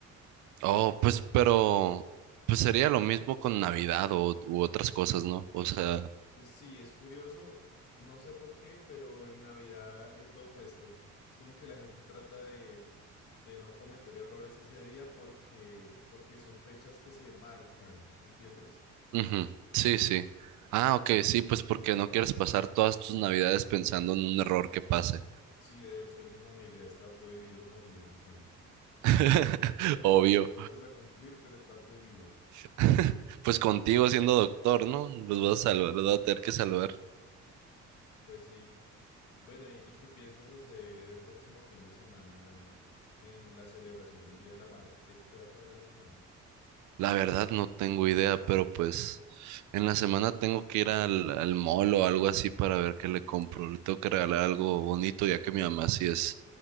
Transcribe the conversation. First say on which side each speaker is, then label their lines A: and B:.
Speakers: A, on the right (about 75°); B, on the left (about 75°).
A: Oh, pues, pero, pues sería lo mismo con Navidad o, u otras cosas, ¿no? O sea,
B: Sí, es curioso, no sé por qué, pero en Navidad es lo opuesto. Es como que la gente trata de, de no cometer errores ese día porque, porque son fechas que se marcan, ¿entiendes?
A: ujú, Sí, sí. Ah, ok, sí, pues porque no quieres pasar todas tus Navidades pensando en un error que pase.
B: Sí, de hecho en mi familia está prohibido morir en diciembre.
A: <laughs>
B: No
A: Obvio.
B: sé cómo lo vamos a cumplir, pero está prohibido.
A: <laughs> Pues contigo siendo doctor, ¿no? Los
B: Ah,
A: vas a salvar, los vas a tener que salvar.
B: Pues sí. Bueno, ¿y, y qué piensas hacer el próximo fin de semana en la celebración del Día de la Madre? ¿Qué, qué vas a darle a tu mamá?
A: La verdad no tengo idea, pero pues en la semana tengo que ir al, al mall o algo así para ver qué le compro. Le tengo que regalar algo bonito, ya que mi mamá sí es,